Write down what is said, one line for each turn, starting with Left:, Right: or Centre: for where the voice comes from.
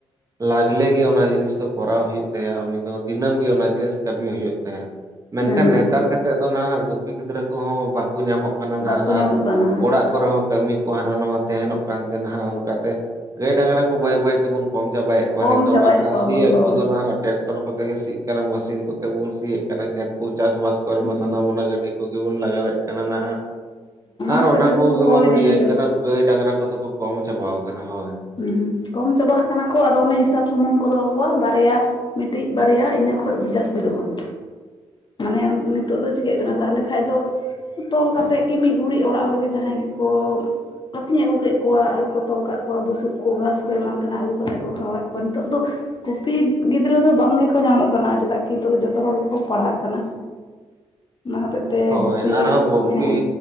Right: ᱞᱟᱜᱽᱞᱮ ᱜᱮ ᱚᱱᱟ ᱡᱤᱱᱤᱥ ᱫᱚ ᱠᱚᱨᱟᱣ ᱦᱩᱭᱩᱜ ᱛᱟᱭᱟ ᱩᱱᱤ ᱫᱚ ᱫᱤᱱᱟᱹᱢ ᱜᱮ ᱚᱱᱟ ᱡᱤᱱᱤᱥ ᱠᱟᱹᱢᱤ ᱦᱩᱭᱩᱜ ᱛᱟᱭᱟ ᱢᱮᱱᱠᱷᱟᱱ
Left: ᱦᱮᱸ
Right: ᱱᱮᱛᱟᱨ ᱠᱟᱛᱮᱫ ᱫᱚ ᱱᱟᱦᱟᱜ ᱜᱩᱯᱤ ᱜᱤᱫᱽᱨᱟᱹ ᱠᱚᱦᱚᱸ ᱵᱟᱠᱚ ᱧᱟᱢᱚᱜ ᱠᱟᱱᱟ ᱱᱟᱦᱟᱜ
Left: ᱵᱟᱠᱚ
Right: ᱟᱨ
Left: ᱧᱟᱢᱚᱜ ᱠᱟᱱᱟ
Right: ᱚᱲᱟᱜ ᱠᱚᱨᱮ ᱦᱚᱸ ᱠᱟᱹᱢᱤ ᱠᱚ ᱦᱟᱱᱟ ᱱᱟᱭᱟ ᱛᱟᱦᱮᱱᱚᱜ ᱠᱟᱱ ᱛᱟᱦᱮᱱᱚᱜ ᱚᱱᱠᱟᱛᱮ ᱜᱟᱹᱭ ᱰᱟᱝᱨᱟ ᱠᱚ ᱵᱟᱹᱭ ᱵᱟᱹᱭ ᱛᱮᱵᱚᱱ ᱠᱚᱢ ᱪᱟᱵᱟᱭᱮᱫ ᱠᱚᱣᱟ
Left: ᱠᱚᱢ
Right: ᱱᱤᱛᱚᱜ
Left: ᱪᱟᱵᱟᱭᱮᱫ
Right: ᱢᱟ ᱱᱟᱦᱟᱜ
Left: ᱠᱚᱣᱟ
Right: ᱥᱤ
Left: ᱵᱚᱱ ᱦᱳᱭ
Right: ᱠᱚᱫᱚ ᱱᱟᱦᱟᱜ ᱴᱮᱠᱴᱚᱨ ᱠᱚᱛᱮ ᱜᱮ ᱥᱤᱜ ᱠᱟᱱᱟ ᱢᱮᱥᱤᱱ ᱠᱚ ᱛᱮᱵᱚᱱ ᱥᱤᱭᱮᱫ ᱠᱟᱱᱟ ᱠᱷᱮᱛ ᱠᱚ ᱪᱟᱥᱵᱟᱥ ᱠᱚᱨᱮ
Left: ᱦᱮᱸ
Right: ᱢᱟ ᱥᱟᱱᱟᱢ ᱜᱟᱹᱰᱤ ᱠᱚᱜᱮ ᱵᱚᱱ ᱞᱟᱜᱟᱣᱮᱫ ᱠᱟᱱᱟ ᱱᱟᱦᱟᱜ ᱟᱨ
Left: ᱦᱚᱛᱮᱡ
Right: ᱚᱱᱟ
Left: ᱛᱮᱫᱚ
Right: ᱠᱚᱜᱮ
Left: ᱠᱚ ᱠᱚᱢ
Right: ᱢᱟᱵᱚᱱ
Left: ᱤᱫᱤᱭ
Right: ᱤᱭᱟᱹᱭᱮᱫ ᱠᱟᱱᱟ ᱜᱟᱹᱭ ᱰᱟᱝᱨᱟ ᱠᱚᱫᱚ ᱠᱚ ᱠᱚᱢ ᱪᱟᱵᱟᱣ ᱠᱟᱱᱟ ᱦᱳᱭ
Left: ᱦᱮᱸ ᱠᱚᱢ ᱪᱟᱵᱟ ᱠᱟᱱᱟ ᱠᱚ ᱟᱫᱚ ᱚᱱᱮ ᱦᱤᱥᱟᱹᱵ ᱥᱩᱢᱩᱝ ᱠᱚ ᱫᱚᱦᱚ ᱠᱚᱣᱟ ᱵᱟᱨᱭᱟ ᱢᱤᱫᱴᱤᱡ ᱵᱟᱨᱭᱟ ᱤᱱᱟᱹ ᱠᱷᱚᱡ ᱡᱟᱹᱥᱛᱤ ᱫᱚ ᱵᱟᱝ ᱢᱟᱱᱮ ᱱᱤᱛᱚᱜ ᱫᱚ ᱪᱤᱠᱟᱹᱜ ᱠᱟᱱᱟ ᱛᱟᱦᱚᱞᱮ ᱠᱷᱟᱡ ᱫᱚ ᱛᱚᱞ ᱠᱟᱛᱮᱫ ᱜᱤ ᱢᱤᱫ ᱜᱷᱲᱤᱡ ᱚᱲᱟᱜ ᱦᱚᱲᱜᱮ ᱡᱟᱦᱟᱸᱭ ᱜᱮᱠᱚ ᱟᱹᱛᱤᱧ ᱟᱹᱜᱩ ᱠᱮᱫ ᱠᱚᱣᱟ ᱟᱨ ᱠᱚ ᱛᱚᱞ ᱠᱟᱜ ᱠᱚᱣᱟ ᱵᱩᱥᱩᱵ ᱠᱚ ᱜᱷᱟᱥ ᱠᱚ ᱮᱢᱟᱱ ᱛᱮᱱᱟᱜ ᱟᱹᱜᱩ ᱠᱟᱛᱮ ᱠᱚ ᱠᱷᱟᱣᱟᱣᱮᱫ ᱠᱚᱣᱟ ᱱᱤᱛᱚᱜ ᱫᱚ ᱜᱩᱯᱤ ᱜᱤᱫᱽᱨᱟᱹ ᱫᱚ ᱵᱟᱝ ᱜᱮᱠᱚ ᱧᱟᱢ ᱧᱟᱢᱚᱜ ᱠᱟᱱᱟ ᱪᱮᱫᱟᱜ ᱠᱤ ᱱᱤᱛᱚᱜ ᱡᱚᱛᱚ ᱦᱚᱲ ᱜᱮᱠᱚ ᱯᱟᱲᱦᱟᱜ ᱠᱟᱱᱟ
Right: <inaudible>
Left: ᱚᱱᱟ ᱦᱚᱛᱮᱡ ᱛᱮ
Right: ᱦᱳᱭ
Left: ᱜᱩᱯᱤ
Right: ᱟᱨᱦᱚᱸ ᱜᱩᱯᱤ
Left: ᱦᱮᱸ